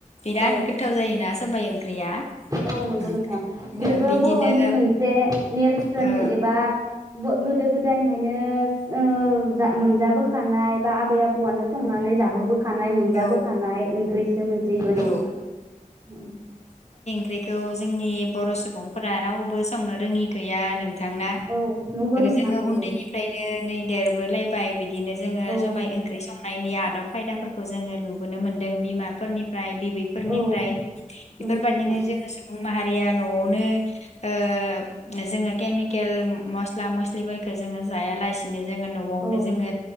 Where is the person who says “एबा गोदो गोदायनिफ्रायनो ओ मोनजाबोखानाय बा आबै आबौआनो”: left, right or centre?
Right